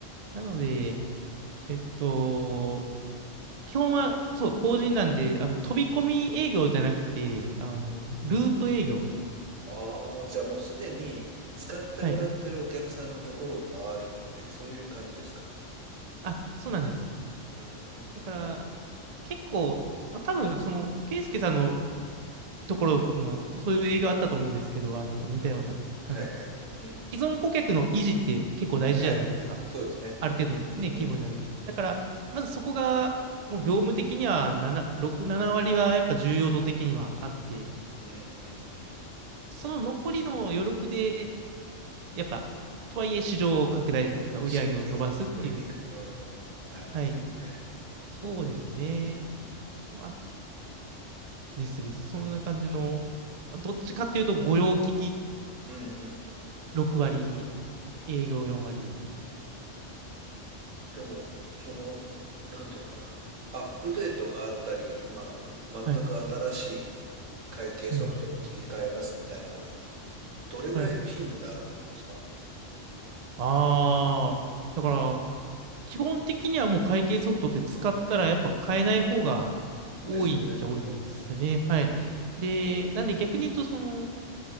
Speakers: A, on the right (about 45°); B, on the right (about 80°).
A: なので、えっと、基本は、そう、法人なんで、あの、飛び込み営業じゃなくて、あの、ルート営業。
B: ああ、じゃあもうすでに使ってもらってるお客さんのところを回るって、
A: はい。
B: そういう感じですか。
A: あ、そうなんです。
B: うーん。
A: だから、結構、まあ多分、その、ケイスケさんのところも、そういう営業あったと思うんですけど、あの、似たような、
B: はいはい。
A: なんだろ
B: うん。
A: う、既存顧客の維持って結構大事じゃないですか。
B: はい。そうですね。
A: ある程度のね、
B: うん、
A: 規模になると。
B: うん、
A: だから、まずそこが、もう業務的には7、6、7割はやっぱ重要度的にはあって、
B: うん、うん、うん。
A: その残りの余力で、やっぱ、とはいえ市場を拡大っていうか、
B: うん、
A: 売り上げを伸ばすっていう、
B: 新規を取りに行く。うん。なるほどね。
A: はい、そうですね。まあ、ですです。そんな感じの、まあどっちかっていうと、御用聞き
B: うん、うん。
A: 6割、営業4割って
B: でも、その、なんていうのかな。アップデートがあったり、まあ、全く新しい
A: はい。
B: 会計ソフトに切り替えますみたいなのが
A: うん。
B: どれぐらいの頻度であるもんなんですか
A: はい。ああ、だから、基本的にはもう会計ソフトって使ったらやっぱ買えない方が多いっちゃ多いんですよね。
B: ですよね。うん、
A: はい。
B: うん、
A: で、なんで逆に言うと、その、